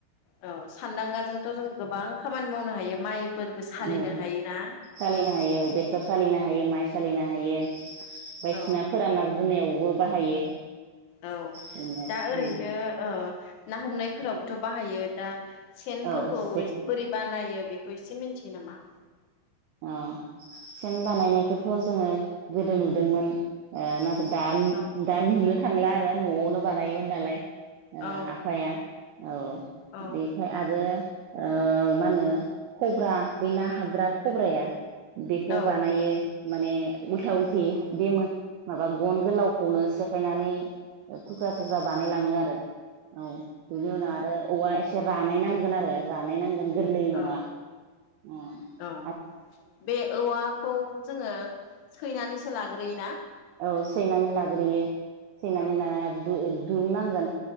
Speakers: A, on the left (about 80°); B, on the right (about 85°).
A: औ सानदांगाजोंथ जों गोबां खामानि खामानि मावनो हायो माइफोरबो सालिनो
B: औ
A: हायोना
B: सालिनो हायो औ बेसर सालिनो हायो माइ सालिनो हायो। बायदिसिना
A: औ
B: फोराना दोनायावबो बाहायो
A: औ
B: बेनो आरो
A: दा
B: उम
A: ओरैनो ओ ना हमनायफोरावबोथ बाहायो दा सेनफोरखौ
B: औ जे
A: एसे बोरै बानायो। बेखौ एसे मिथियो नामा
B: अ सेन बानायनायखौथ जोंङो गोदो नुदोंमोन ओ ना दा
A: औ
B: दा नुनो थांला आरो नआवनो बानायोमोन नालाय ओ
A: औ
B: आफाया औ
A: औ
B: बेफाय आरो ओ मा होनो खब्रा बै ना हाबग्रा खब्राया बेखौ
A: औ
B: बानायो। माने उल्था उल्थि बे मो माबा गन गोलावखौनो सेफायनानै थुख्रा थुख्रा बानायलांङो आरो औ बेनि उनाव आरो औवा एसे रानाय नांगोन आरो जानाय नांगोन। गोरलै नंङा
A: औ
B: उम
A: औ बे औवाखौ जोंङो सैनानैसो लाग्रोयोना?
B: औ सैनानै लाग्रोयो। सैनानै
A: औ
B: लानानै आरो दु दुरुंनांगोन